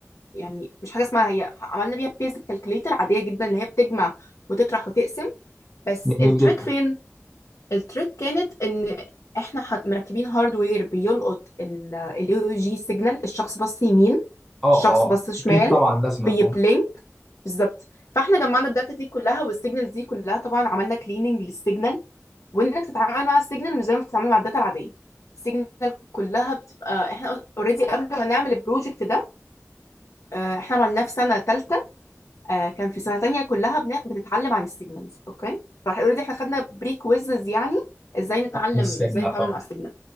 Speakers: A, on the left (about 80°); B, in the centre.
A: يعني مش حاجة اسمها هي عملنا بيها بيزك كالكوليتر عادية جدا اللي هي بتجمع وتطرح وتقسم بس
B: جميل
A: التريك
B: جدا
A: فين التريك كانت ان احنا ح- مركبين هاردوير بيلقط الاي او جي سيجنال الشخص بص يمين
B: اه
A: الشخص
B: اه
A: بص شمال
B: اكيد طبعا لازما
A: بيبلينك
B: اه
A: بالظبط فاحنا جمعنا الداتا دي كلها والسيجنالز دي كلها طبعا عملنا كليننج للسيجنال وانك تتعامل مع السيجنال مش زي ما بتتعامل مع الداتا العاديه السيجنال كلها بتبقى احنا اوريدي قبل ما نعمل البروجكت ده آه، احنا عملناه في سنه ثالثه كان في سنه تانية كلها بن- بنتعلم عن السيجنالز اوكي فاوريدي احنا خدنا بري كويزز يعني ازاي نتعلم
B: من السجن
A: ازاي نتعامل
B: اه
A: مع السيجنال